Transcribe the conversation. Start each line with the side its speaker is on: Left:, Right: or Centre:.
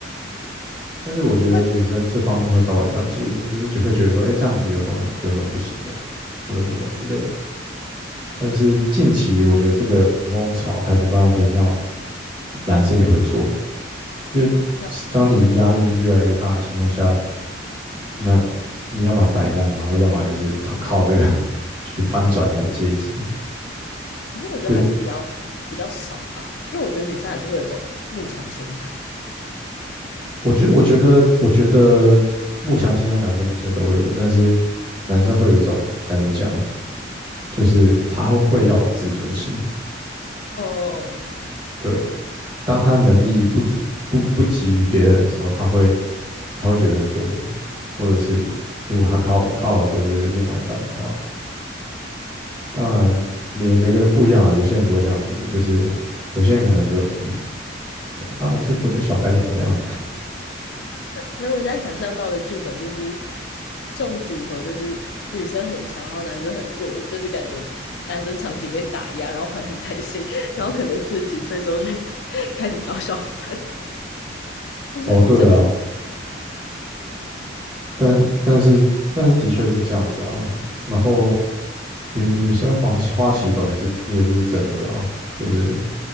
Right: 但是我觉得女生这方面会稍微团结一点，
Left: 会
Right: 就是就会觉得说，哎，这样子有什么有什么不行的，或者什么之类的。但是近期我觉得这个风潮开始慢慢偏向男生也会做，因为
Left: 那，
Right: 当你压力越来越大的情况下，那你要么摆烂，然后要么就是他靠这个 <laughs> 去翻转你的阶级。
Left: 可是我觉得还是比较比较少吧，
Right: 所以
Left: 因为我觉得女生还是会有一种慕强心态，
Right: 我觉得，我觉得，我觉得木箱现在男生女生都会有，但是男生会有一种该怎么讲，就是他会要有自尊心。
Left: 嗯嗯嗯。
Right: 对，当他能力不足、不不及于别人的时候，他会他会觉得很丢脸，或者是如果他靠我靠的都是另外一半的话，当然每每个人不一样啊，有些人不会这样觉得，就是有些人可能就就啊，我就我就小白脸这样。
Left: 没有，我现在想象到的剧本就是这种组合，就是女生很强，然后男生很弱，就是感觉男生长期被打压，然后怀恨在心，然后可能四十几岁之后就开始找小三，这是很政治
Right: 哦，对啊，但但是但是的确是这样子啊，
Left: 玩向。
Right: 然后。女女生花期花期短也是也是真的啦，就是